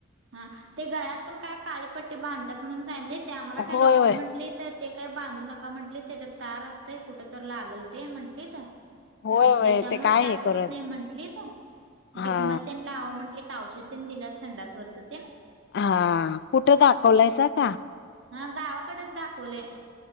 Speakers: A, on the right; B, on the left.
A: हा ते गळ्यात पण काय काळीपट्टी बांधतात म्हणून सांगितलीत, ते आम्हाला खर
B: होय
A: डॉक्टर
B: होय
A: म्हटली त ते काही बांधू नका म्हंटलीत, त्याच्यात तार असतंय कुठ तर लागल ते म्हंटलीत आणि
B: होय होय
A: त्याच्यामुळ
B: ते
A: काय
B: हे
A: होत
B: करत
A: नाही म्हंटलीत
B: हा
A: डिकमल तेन लावा म्हंटलीत औषध तेन दिल्यात संडासवरचं तेन
B: हा कुठं दाखवलायसा कां.
A: हा गावाकडेच दाखवलय.